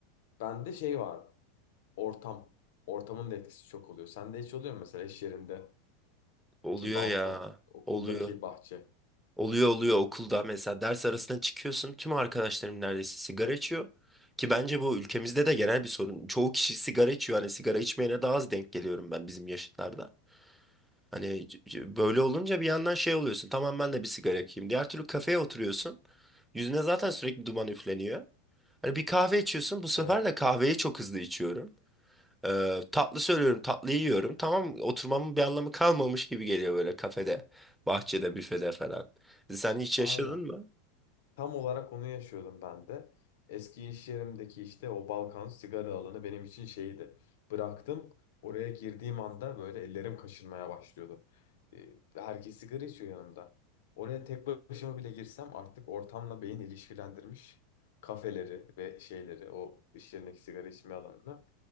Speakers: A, on the left; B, in the centre.
A: Bende şey var, ortam. Ortamın da etkisi çok oluyor. Sende hiç oluyor mu mesela iş yerindeki
B: oluyor
A: balkon,
B: ya.
A: okuldaki
B: Oluyor.
A: bahçe?
B: Oluyor oluyor okulda mesela ders arasına çıkıyorsun tüm arkadaşlarım neredeyse sigara içiyor. Ki bence bu ülkemizde de genel bir sorun. Çoğu kişi sigara içiyor. Hani sigara içmeyene daha az denk geliyorum ben bizim yaşıtlarda. Hani c- c- böyle olunca bir yandan şey oluyorsun. Tamam ben de bir sigara yakayım. Diğer türlü kafeye oturuyorsun. Yüzüne zaten sürekli duman üfleniyor. Hani bir kahve içiyorsun. Bu sefer
A: Evet,
B: de kahveyi çok hızlı içiyorum. Ee, tatlı söylüyorum, tatlı yiyorum. Tamam oturmamın bir anlamı kalmamış gibi geliyor böyle kafede, bahçede, büfede falan. Sen hiç
A: aynen.
B: yaşadın mı?
A: Tam olarak onu yaşıyordum ben de. Eski iş yerimdeki işte o Balkan sigara alanı benim için şeydi. Bıraktım. Oraya girdiğim anda böyle ellerim kaşınmaya başlıyordu. Ee, Herkes sigara içiyor yanımda. Oraya tek başıma bile girsem artık ortamla beyin ilişkilendirmiş kafeleri ve şeyleri o iş yerindeki sigara içme alanını